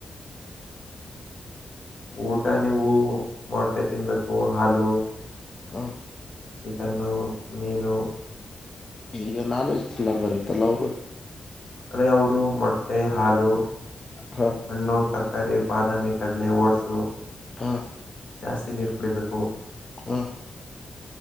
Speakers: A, on the left (about 50°); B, on the left (about 25°).
A: ಊಟ ನೀವು ಮೊಟ್ಟೆ ತಿನ್ಬೇಕು ಹಾಲು
B: ಹ
A: ಚಿಕನ್ನು ಮೀನು
B: ಈಗ ನಾನ್ವೆಜ್ ತಿನ್ನದರ್ದ್ ಇರುತ್ತರಲ್ಲ ಅವರು
A: ಅದೆ ಅವರು ಮೊಟ್ಟೆ ಹಾಲು
B: ಹ್ಮ
A: ಹಣ್ಣು ತರಕಾರಿ ಬಾದಾಮಿ ಕಡಲೆ ಓಟ್ಸು
B: ಹಾ
A: ಜಾಸ್ತಿ ನೀರು ಕುಡಿಬೇಕು
B: ಹ